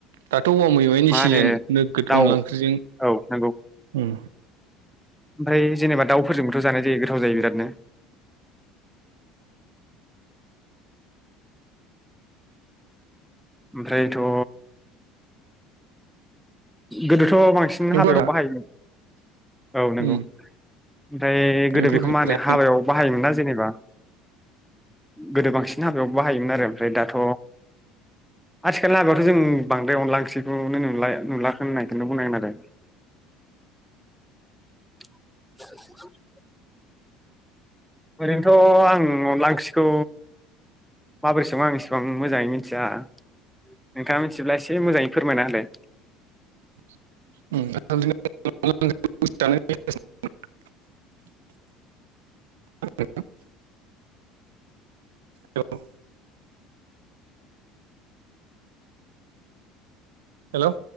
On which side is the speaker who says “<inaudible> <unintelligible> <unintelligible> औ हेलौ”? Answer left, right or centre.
Right